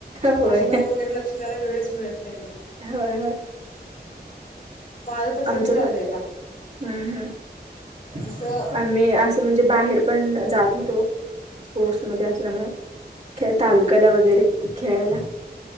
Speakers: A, on the left (about 60°); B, on the right (about 45°).
A: स्पोर्ट्स
B: होय
A: म वगैरे लक्ष द्यायला वेळच मिळत नाही मग
B: होय होय
A: माझं तसंच
B: आमचं
A: झालंय
B: पण
A: आता
B: हम्म हम्म
A: जसं
B: आणि असं म्हणजे बाहेर पण जात होतो. स्पोर्ट्स मध्ये असल्यामुळे खेळ तालुक्याला वगैरे खेळायला.